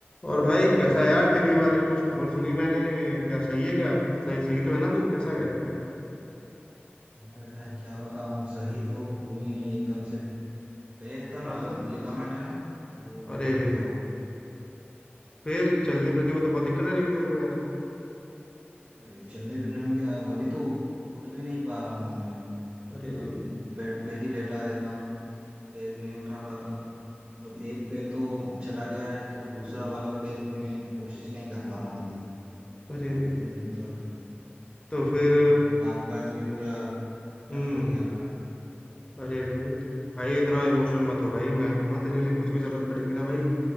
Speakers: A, on the left; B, on the right.
A: और भाई कैसा है यार तेरी बारे में कुछ खबर सुनी मैंने क्या सही है क्या सही सही तो है ना तू कैसा है क्या है
B: अरे भाई क्या बताऊं सही तो हुई नहीं एकदम से पैर का
A: क्या
B: ना
A: हो गया?
B: लिगामेंट है ना वो
A: अरे
B: टूट
A: रे
B: गया
A: फिर चलने फिरने में तो बहुत दिक्कत आ रही होगी तेरे को यार
B: अरे चलने फिरने में क्या अभी तो उठ भी नहीं पा रहा हूँ मैं
A: अरे
B: मतलब
A: रे
B: बेड पे ही लेटा रहता हूँ पैर भी नहीं उठा पाता मतलब एक पैर तो चला गया है तो दूसरा वाला पैर भी मैं कोशिश नहीं कर पा रहा हूँ अभी
A: अरे
B: क्या
A: रे
B: करूँ मतलब
A: तो फिर
B: अभी मतलब कामकाज भी पूरा ठप
A: हम्म
B: हो गया मेरा
A: अरे रे तो भाई इतना इमोशनल मत हो भाई मैं हूं ना तेरे लिए कुछ भी जरूरत पड़ेगी ना भाई